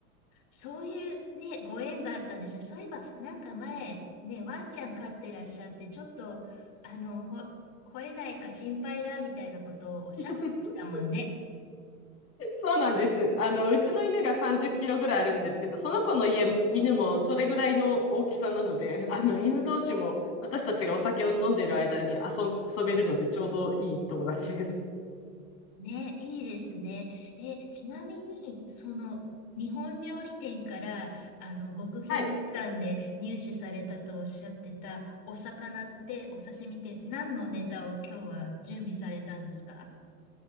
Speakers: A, on the left; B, on the left.
A: そういうね、ご縁があったんですよ。そういえば、なんか前、ね、ワンちゃん飼ってらっしゃって、ちょっと、あの、ほ、吠えないか心配だみたいなことをおっしゃってましたもんね。
B: <laughs> そうなんです。あの、うちの犬が30キロぐらいあるんですけど、その子の家、犬もそれぐらいの大きさなので、あの、犬同士も私たちがお酒を飲んでる間に遊ん、遊べるので、ちょうどいい友達です。
A: ね、いいですね。え、ちなみに、その、日本料理店から、あの、極秘の手段で入手されたとおっしゃってたお魚って、
B: はい。
A: お刺身って、何のネタを今日は準備されたんですか